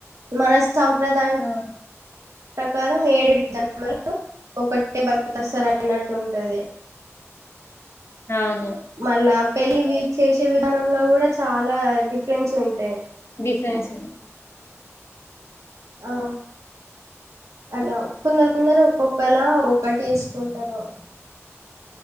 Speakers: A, on the right; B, on the left.
A: మన సాంప్రదాయం ఈ
B: ఆ
A: ప్రకారం ఏడు జన్మలు ఒకటే భర్తవస్తాడు అనట్టుంటంది.
B: అవును
A: మళ్ళా పెళ్లి వి చేసే విధానంలో కూడ చాలా డిఫ ఫ్రెండ్స్ ఉంటాయి.
B: స స
A: ఆ అలా కుందరు కుందరు ఒక్కొక్కలా ఒక్కొక్కటి తీసుకుంటారు.